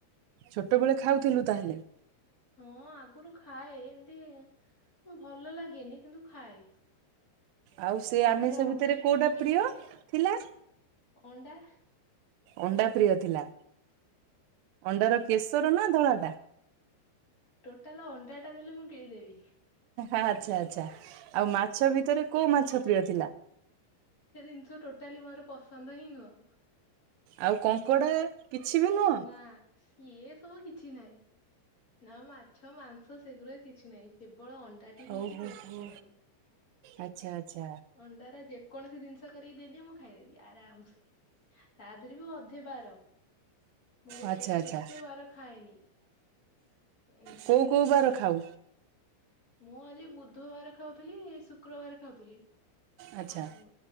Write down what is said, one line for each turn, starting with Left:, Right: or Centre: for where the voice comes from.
Right: ଛୋଟବେଳେ ଖାଉଥିଲୁ ତାହେଲେ?
Left: ହଁ ଆଗରୁ ଖାଏ ଏମିତି ଭଲ ଲାଗେନି କିନ୍ତୁ ଖାଏ।
Right: ଆଉ ସେ
Left: ତା
Right: ଆମିଷ
Left: ଦେହରେ
Right: ଭିତରେ
Left: ଅଧେ
Right: କୋଉଟା ପ୍ରିୟ? ଥିଲା
Left: ଅଣ୍ଡା
Right: ଅଣ୍ଡା ପ୍ରିୟ ଥିଲା ଅଣ୍ଡାର କେଶର ନା ଧଳାଟା?
Left: ଟୋଟାଲ ଅଣ୍ଡାଟା ଦେଲେ ମୁଁ ଗିଳିଦେବି।
Right: ଆଚ୍ଛା ଆଚ୍ଛା ଆଉ ମାଛ ଭିତରେ କୋଉ ମାଛ ପ୍ରିୟ ଥିଲା?
Left: ସେ ଜିନିଷ ଟୋଟାଲି ମୋର ପସନ୍ଦ ହିଁ ନୁହଁ।
Right: ଆଉ କଙ୍କଡ଼ା? କିଛି ବି ନୁହଁ?
Left: ନା ସିଏ ସବୁ କିଛି ନାହିଁ। ନା ମାଛ ମାଂସ ସେଗୁରା କିଛି ନାହିଁ କେ କେବଳ ଅଣ୍ଡାଟି ହେଉଛି
Right: ଓହୋ
Left: ପେ
Right: ହୋ।
Left: ପସନ୍ଦ
Right: ଆଚ୍ଛା ଆଚ୍ଛା
Left: ଅଣ୍ଡାର ଯେକୌଣସି ଜିନିଷ କରିକି ଦେଲି ମୁଁ ଖାଇଦେବି ଆରାମସେ ତା ଦେହରେ ବି ଅଧେ ବାର ମୁଁ ଗୋଟେ
Right: ଆଚ୍ଛା ଆଚ୍ଛା
Left: କେତେ ବାର ଖାଏନି। ଏମିତି
Right: କୋଉ କୋଉ ବାର ଖା ହଉ।
Left: ମୁଁ ଆଜି ବୁଧୁବାର ଖାଉଥିଲି ଶୁକ୍ରବାର ଖାଉଥିଲି
Right: ଆଚ୍ଛା
Left: ଆଉ